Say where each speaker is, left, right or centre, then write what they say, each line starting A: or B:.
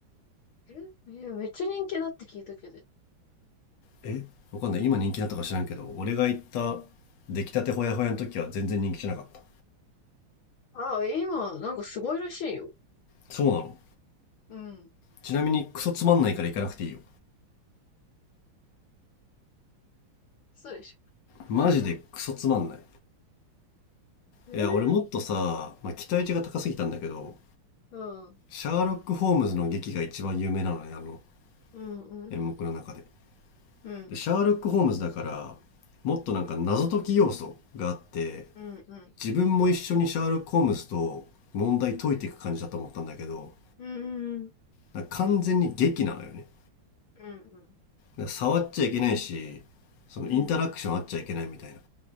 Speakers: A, on the left; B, on the left.
A: え、えーめっちゃ人気だって聞いたけど。
B: えわかんない今人気だったか知らんけど俺が行った出来たてほやほやの時は全然人気じゃなかった
A: ああ、今、なんかすごいらしいよ。
B: そうなの
A: うん。
B: ちなみにクソつまんないから行かなくていいよ
A: そうでし
B: マジでクソつまんない
A: ょ。<laughs>
B: いや俺もっとさ、
A: ええ
B: まあ、期待値が高すぎたんだけど
A: ああ、
B: シャーロック・ホームズの劇が一番有名なのねあの
A: うん、うん、
B: 演目の中で
A: うん、
B: でシャーロック・ホームズだからもっとなんか謎解き要素があって
A: うん、うん、うん、
B: 自分も一緒にシャーロック・ホームズと問題解いていく感じだと思ったんだけど
A: うん、
B: だから完全に劇なのよね。だか
A: うん、
B: ら触っちゃいけないし、そのインタラクションあっちゃいけないみたいな。
A: うん。